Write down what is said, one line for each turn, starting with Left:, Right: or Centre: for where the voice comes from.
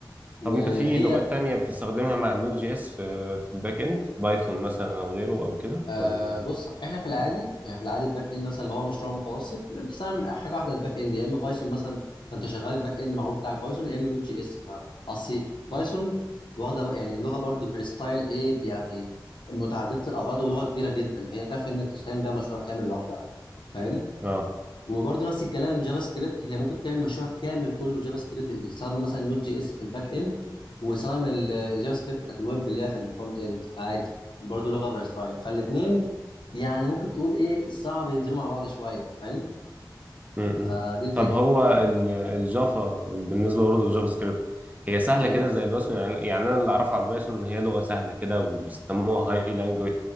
Left: وهي
Right: طب انت في لغات تانية بتستخدمها مع النوت جي اس في في الباك اند بايثون مثلا او غيره او كده
Left: آه
Right: ولا
Left: بص احنا في العادي يعني في العادي الباك اند مثلا اللي هو مشروع متوسط بتستخدم حاجه واحده الباك اند يا اما بايثون مثلا فانت شغال الباك اند معروف بتاعك بايثون يا اما نوت جي اس فاهم اصل بايثون واخده بقى- يعني لغه برضو فيرستايل ايه يعني متعدده الاغراض ولغه كبيره جدا فهي كافيه انك تشتغل بيها مشروع كامل لوحدها فاهم
Right: اه
Left: وبرضه نفس الكلام جافا سكريبت هي ممكن تعمل مشروع كامل كله بجافا سكريبت بيستخدم مثلا النوت جي اس في الباك اند ويستخدم الجافا سكريبت بتاعت الويب اللي هي في الفرونت اند فعادي برضه لغه فرستايل فالاثنين يعني ممكن تقول ايه صعب ينزلوا مع بعض شويه فاهم
Right: م-م.
Left: فدي الفكره
Right: طب هو ال- الجافا بالنسبه برضه للجافا سكريبت هي سهله
Left: اه
Right: كده زي البايثون يعني يعني انا اللي اعرفه على البايثون ان هي لغه سهله كده وبيسموها هاي لانجوج